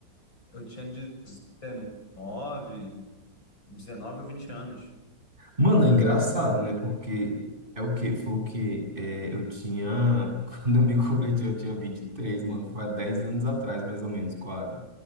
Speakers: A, on the left (about 85°); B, on the right (about 25°).
A: eu tinha dezenove dezenove ou 20 anos.
B: Mano, é engraçado, né? Porque é o quê? Foi o quê? É, eu tinha. <laughs> Quando eu me converti, eu tinha 23, mano. Foi há 10 anos atrás, mais ou menos, quase.